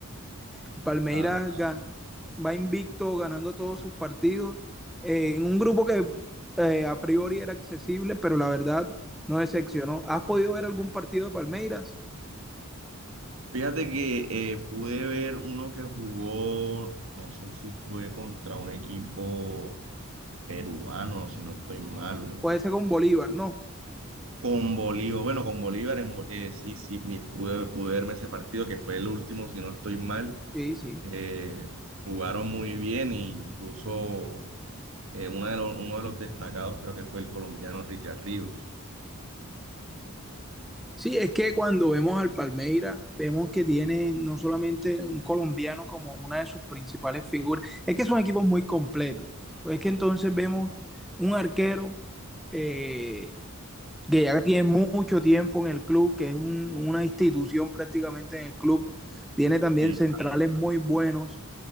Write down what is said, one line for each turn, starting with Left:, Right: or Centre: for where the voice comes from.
Centre: El Palmeiras
Right: Claro, claro.
Centre: gan- va invicto ganando todos sus partidos eh, en un grupo que eh, a priori era accesible, pero la verdad no decepcionó. ¿Has podido ver algún partido de Palmeiras?
Right: Fíjate que eh, pude ver uno que jugó, no sé si fue contra un equipo peruano, si no estoy mal, un-
Centre: Puede ser con Bolívar, ¿no?
Right: con Bolívar, bueno, con Bolívar, en Bo- eh, sí, sí, mi- pude, pude verme ese partido que fue el último, si no estoy mal,
Centre: Sí, sí.
Right: eh, jugaron muy bien e incluso eh, uno de los, uno de los destacados creo que fue el colombiano Richard Ríos.
Centre: Sí, es que cuando vemos al Palmeiras, vemos que tiene no solamente un colombiano como una de sus principales figuras, es que son equipos muy completos. Pues es que entonces vemos un arquero eh, que ya tiene mucho tiempo en el club, que es un- una institución prácticamente en el club. Tiene también
Right: Sí,
Centre: centrales muy buenos,